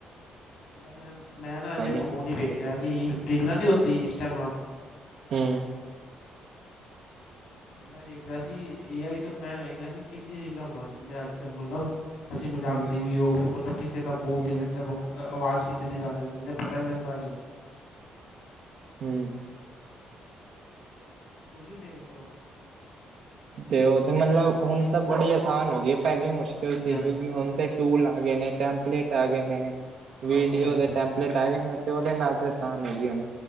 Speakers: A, on the left; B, on the right.
A: ਬਸ ਮੈਂ ਨਾ ਅਜੇ
B: ਤੁਹਾਨੂੰ
A: ਫੋਨ ਹੀ ਵੇਖ ਰਿਹਾ ਸੀ ਰੀਲਾਂ ਨਹੀਂ ਹੁੰਦੀ ਇੰਸਟਾਗ੍ਰਾਮ ਦੀ।
B: ਹੂੰ।
A: <unintelligible> ਮੈਂ ਵੇਖ ਰਿਹਾਂ ਸੀ ਏ ਆਈ ਤੇ ਮ ਵੇਖ ਰਿਹਾਂ ਸੀ ਕਿੰਨੀ ਰੀਲਾਂ ਬਣਾਉਦੇ ਅੱਜ ਕੱਲ ਮਤਲਬ ਅਸੀਂ ਮਜ਼ਾਕ
B: ਹੂੰ
A: ਦੀ ਵੀ ਉਹ ਵੀ ਮਤਲਬ ਕਿਸੇ ਦਾ ਮੂੰਹ
B: ਹੂੰ
A: ਕਿਸੇ ਦਾ ਬ ਆਵਾਜ਼ ਕਿਸੇ ਦਿਨ ਆਉਂ ਦਿੰਦੇ ਨਹੀਂ ਪਤਾ ਹੀ ਨਹੀਂ ਲੱਗਦਾ ਅਜ ਕੱਲ੍ਹ
B: ਹਮ
A: ਤੁਸੀਂ ਵੇਖਦੇ ਹੋ
B: ਤੇ ਉਹ ਤੇ ਮਤਲਬ ਹੁਣ ਤਾਂ ਬੜੀ ਆਸਾਨ ਹੋ ਗਈ ਪਹਿਲੀ ਮੁਸ਼ਕਿਲ
A: ਹਾਂਜੀ
B: ਸੀ
A: ਹਾਂਜੀ
B: ਕਿਉਂਕਿ ਹੁਣ ਤੇ ਟੂਲ ਆ ਗਏ ਨੇ ਟੈਂਪਲੇਟ ਆ ਗਏ ਨੇ ਵੀਡੀਓ
A: ਹਾਂਜੀ ਹਾਂਜੀ
B: ਦੇ ਟੈਂਪ ਪਲੇਟ ਆ ਗਏ ਨੇ ਤੇ ਉਹਦੇ ਨਾਲ ਤੇ ਆਸਾਨ ਹੋ ਗਈ ਹ